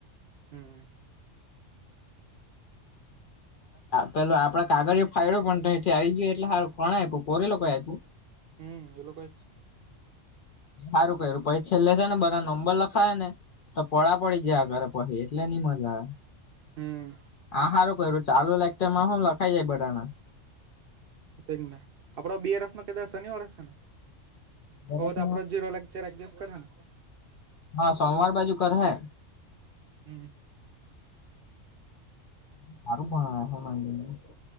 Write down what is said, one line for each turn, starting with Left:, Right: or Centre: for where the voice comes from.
Right: હમ.
Left: પેલું આપણે કાગળિયુ ફાડ્યું પણ તઈથી આવી ગયું એટલે સારું કો આપ્યું, પછી લોકો આપ્યું
Right: હા, એ લોકો જ
Left: સારું કર્યું પછી છેલ્લે છે ને બધા નંબર લખ ખાયા ને તો પોળા પડી ગયા આગળ પછી એટલે નય મજા આવે.
Right: હમ
Left: આ સારું કર્યું ચાલુ લેક્ચરમાં હું લખાઈ જાય બધાને
Right: તે જ ને આપણો બીઆરએફનો કદાચ શનિવાર હશે ને?
Left: દરેક
Right: હવે તો આપડો ઝીરો લેક્ચર એડજસ્ટ કરે હે ને
Left: હા સોમવાર બાજુ હે.
Right: હમ.
Left: સારું ભણાવે છે <unintelligible>